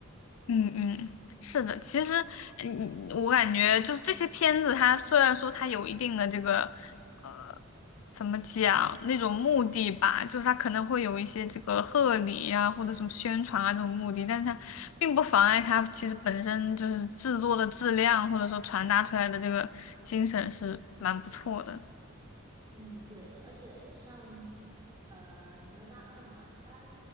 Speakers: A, on the left; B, on the right.
A: 嗯嗯，是的，其实，嗯，我感觉就是这些片子，它虽然说它有一定的这个，呃，怎么讲那种目的吧，就是它可能会有一些这个贺礼呀、或者什么宣传啊这种目的，但是它并不妨碍它其实本身就是制作的质量，或者说传达出来的这个精神是蛮不错的。
B: 嗯，对，而且像呃哪吒二嘛，它